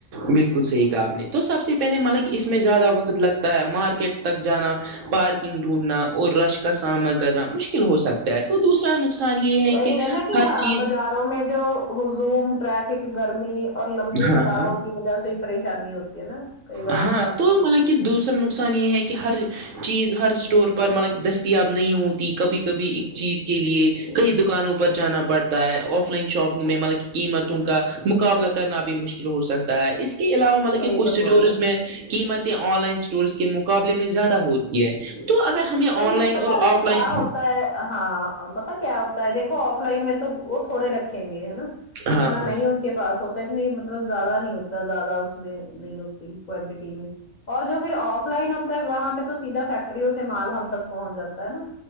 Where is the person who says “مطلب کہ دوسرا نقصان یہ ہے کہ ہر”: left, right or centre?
Right